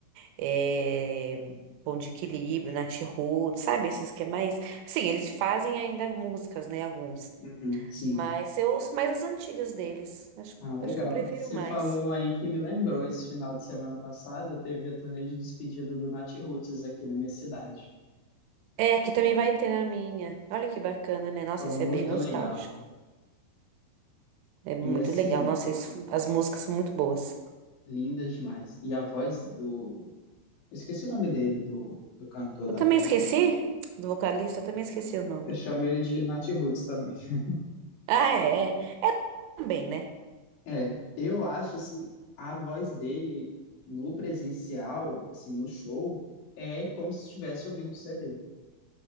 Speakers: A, on the right; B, on the left.
A: é... Bom de Equilíbrio, Nat Roots, sabe, esses que é mais... Sim, eles fazem ainda músicas, né, alguns,
B: uhum, sim.
A: mas eu ouço mais as antigas deles, acho,
B: Ah, legal.
A: acho que eu prefiro
B: Você
A: mais.
B: falou um aí que me lembrou, esse final de semana passada teve a turnê de despedida do Nat Roots aqui na minha cidade.
A: É, aqui também vai ter na minha, olha que bacana, né, nossa,
B: Foi
A: isso
B: muito
A: é bem nostálgico,
B: legal.
A: é muito
B: E assim,
A: legal, nossa, isso- as músicas são muito boas.
B: lindas demais. E a voz do. Eu esqueci o nome dele, do, do cantor
A: Eu
B: da
A: também
B: banda.
A: esqueci do vocalista, eu também esqueci o nome.
B: Eu chamo ele de Nat Roots também. <laughs>
A: Ah, é. É também, né?
B: É, eu acho assim, a voz dele no presencial, assim, no show, é como se estivesse ouvindo o CD.